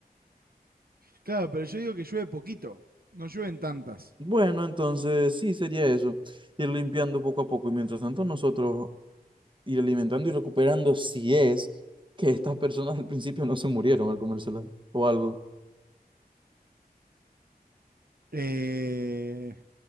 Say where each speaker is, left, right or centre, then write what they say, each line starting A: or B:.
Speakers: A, on the right; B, on the right.
A: claro, pero yo digo que llueve poquito, no llueven tantas.
B: Bueno, entonces sí sería eso, ir limpiando poco a poco y mientras tanto nosotros ir alimentando y recuperando si es que estas personas al principio no se murieron al comérselas o algo.
A: Eh,